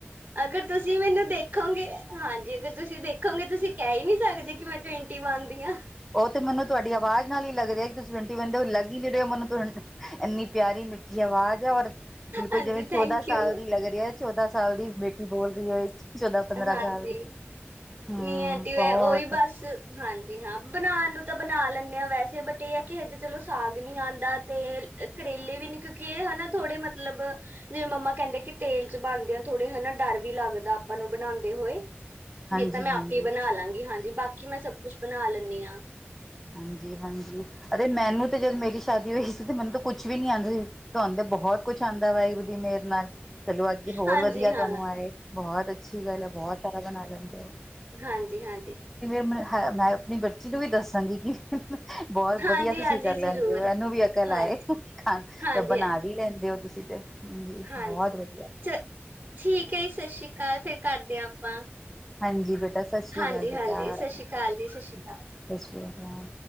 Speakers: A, on the right (about 35°); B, in the centre.
A: ਅਗਰ ਤੁਸੀ ਮੈਨੂੰ ਦੇਖੋਗੇ ਹਾਂਜੀ ਅਗਰ ਤੁਸੀ ਦੇ ਦੇਖੋਗੇ ਤੁਸੀ ਕੈ ਈ ਨੀ ਸਾਕਦੇ ਕਿ ਮੈਂ ਟਵੈਂਟੀ ਵਨ ਦੀ ਆਂ‌।
B: ਓ ਤੇ ਮੈਨੂੰ ਤੁਆਡੀ ਆਵਾਜ਼ ਨਾਲ ਈ ਲੱਗ ਰੇਆ ਕਿ ਤੁਸੀ ਟਵਂਟੀ ਦੇ ਓ ਲੱਗ <unintelligible> ਐਨੀ ਪੇਆਰੀ ਮਿ ਆਵਾਜ਼ ਐ ਓਰ ਬਿਲਕੁਲ
A: ਹਾਂਜੀ
B: ਜਿਵੇਂ
A: ਥੈਂਕ
B: ਚੌਦਾਂ
A: ਯੂ
B: ਸਾਲ ਦੀ ਲੱਗ ਰੇਆ ਚੌਦਾਂ ਸਾਲ ਦੀ ਮਿੱ ਬੋਲ <unintelligible> ਚੌਦਾਂ, ਪੰਦਰਾਂ
A: ਹਾਂਜੀ
B: ਸਾਲ ਦੀ। ਹਮ
A: ਨੀ ਆਂਟੀ ਮੈਂ
B: ਬਹੁਤ
A: ਓਈ ਬਾੱਸ ਹਾਂਜੀ ਹਾਂ ਬਨਾਨ ਨੂੰ ਤਾਂ ਬਨਾ ਲੈਨੇ ਆਂ ਵੈਸੇ ਬਟ ਏ ਐ ਕਿ ਹਜੇ ਚਲੋ ਸਾਗ ਨੀ ਆਂਦਾ ਤੇ ਕਰੇਲੇ ਵੀ ਨੇ ਕਯੁਕਿ ਏ ਹਨਾ ਥੋੜੇ ਮਤਲਬ ਜਿਵੇਂ ਮੰਮਾ ਕੈਂਦੇ ਕਿ ਤੇਲ ਚ ਬਾਨਦੇ ਆ ਥੋੜੇ ਹਨਾ ਡਾਰ ਵੀ ਲਾੱਗਦਾ ਆਪਾ ਨੂੰ ਬਣਾਂਦੇ ਹੋਏ।
B: ਹਾਂਜੀ
A: ਵੀ ਤਾਂ ਮੈਂ
B: ਹਾਂਜੀ
A: ਆਪੇ ਬਨਾ ਲਾਂਗੀ ਹਾਂਜੀ ਬਾਕੀ ਮੈਂ ਸਭ ਕੁਛ ਬਨਾ ਲੈਨੀ ਆਂ।
B: ਹਾਂਜੀ, ਅਰੇ ਮੈ ਮੈਨੂੰ ਤੇ ਜਦ ਮੇਰੀ ਸ਼ਾਦੀ ਹੋਈ ਸੀ ਤੇ ਮੈਨੂੰ ਤਾ ਕੁਛ ਵੀ ਨੀ ਆਂਦਾ ਸੀ, ਤੋਆਨ ਬੋਹਤ ਕੁਛ ਆਂਦਾ ਵਾਏਗੁਰੂ ਦੀ ਮੇਰ ਨਾਲ। ਚਲੋ ਐਤਕੀ ਹੋਰ
A: ਹਾਂਜੀ
B: ਵਦੀਆ
A: ਹਾਂ
B: ਤੋਨੂੰ ਆਏ ਬੋਹਤ ਅੱਛੀ ਗਾੱਲ ਐ ਬੋਹਤ ਸਾਰਾ ਬਨਾ ਲੈਂਦੇ ਓ।
A: ਹਾਂਜੀ-ਹਾਂਜੀ।
B: ਮੈਂ ਆਪਣੀ ਬੱਚੀ ਨੂੰ ਵੀ ਦੱਸਾਂਗੀ ਕਿ ਬਹੁਤ
A: ਹਾਂਜੀ
B: ਵਧੀਆ ਤੁਸੀਂ
A: ਹਾਂਜੀ
B: ਕਰ
A: ਜ਼ਰੂਰ
B: ਲੈਂਦੇ ਹੋ, ਇਹਨੂੰ ਵੀ ਅਕਲ
A: ਹਾਂਜੀ
B: ਆਏ ਖ
A: ਹਾਂਜੀ
B: ਬਣਾ
A: ਹਾਂਜੀ
B: ਵੀ ਲੈਂਦੇ ਔ ਤੁਸੀਂ ਤੇ? ਹਾਂਜੀ
A: ਹਾਂਜੀ,
B: ਬਹੁਤ ਵਧੀਆ
A: ਚ ਠੀਕ ਐ ਜੀ ਸਤਿ ਸ੍ਰੀ ਅਕਾਲ ਫੇਰ ਕਰਦੇ ਆ ਆਪਾਂ।
B: ਹਾਂਜੀ ਬੇਟਾ ਸਤਿ ਸ੍ਰੀ
A: ਹਾਂਜੀ
B: ਅਕਾਲ ਬੇਟਾ,
A: ਹਾਂਜੀ ਸਤਿ ਸ਼੍ਰੀ ਅਕਾਲ ਜੀ ਸਤਿ ਸ਼੍ਰੀ
B: ਸਤਿ
A: ਅਕਾਲ
B: ਸ੍ਰੀ ਅਕਾਲ।